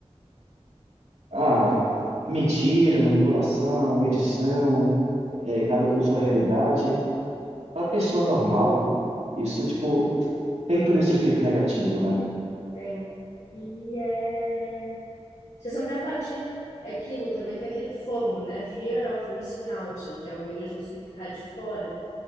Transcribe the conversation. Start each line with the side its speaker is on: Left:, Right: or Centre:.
Right: ah, mentira, manipulação, edição, é, cada um com sua realidade, Para pessoa normal, isso, tipo, tem todo esse efeito negativo, né?
Left: Tem. E é... Você só vê a parte... é Aquilo também tem aquele FOMO, né? Fear of missing out, que é o medo de você ficar de fora.